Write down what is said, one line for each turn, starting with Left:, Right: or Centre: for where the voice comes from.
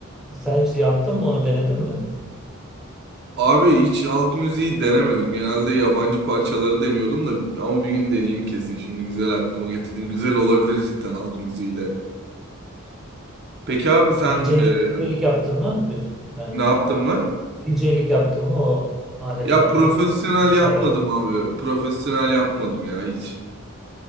Centre: Sen hiç yaptın mı onu denedin mi?
Right: Abi hiç halk müziği denemedim. Genelde yabancı parçaları deniyordum da ama bir gün deneyeyim kesin. Şimdi güzel aklıma getirdin. Güzel olabilir cidden halk müziğiyle. Peki abi sen
Centre: DJ'lik
Right: e,
Centre: DJ'lik yaptın mı? Müzik yani
Right: ne yaptın mı?
Centre: DJ'lik yaptın mı o aletlerle,
Right: Ya profesyonel
Centre: mikserlerle?
Right: yapmadım abi. Profesyonel yapmadım ya hiç.